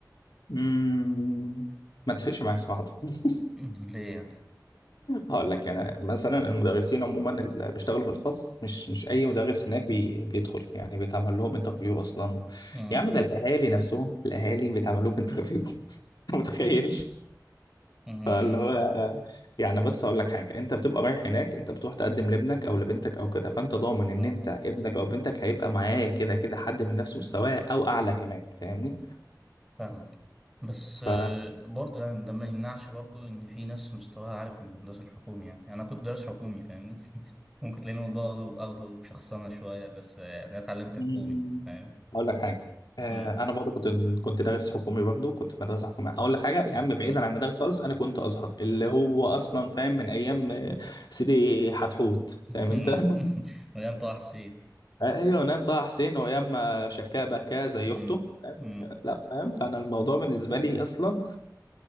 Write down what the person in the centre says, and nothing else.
<laughs> ليه يعني؟
أمم،
أمم،
آه،
فاهمك بس
آه، برضه يعني ده ما يمنعش برضه ان في ناس مستواها عالي في الدراسة الحكومي يعني يعني انا كنت دارس حكومي فاهمني <laughs> ممكن تلاقي الموضوع اخده اخده بشخصنة شوية بس آه، يعني انا اتعلمت
حكومي فاهم
مم.
مم.
مم.
<laughs> مليان طه حسين
مم.
مم.